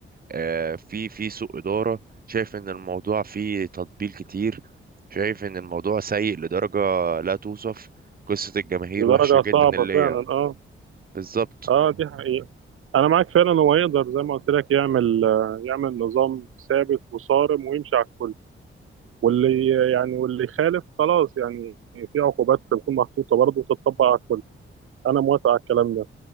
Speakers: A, on the right (about 45°); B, on the right (about 85°).
A: آه، في في سوء إدارة شايف إن الموضوع فيه تطبيل كتير شايف إن الموضوع سيء لدرجة لا توصف قصة الجماهير
B: لدرجه
A: وحشة
B: صعبه
A: جدا اللي
B: فعلا
A: هي
B: اه
A: بالظبط
B: اه دي حقيقة انا معاك فعلا هو يقدر زي ما قلت لك يعمل آه، يعمل نظام ثابت وصارم ويمشي على الكل واللي يعني واللي يخالف خلاص يعني في عقوبات تكون محطوطة برضه وتتطبق على الكل انا موافق على الكلام ده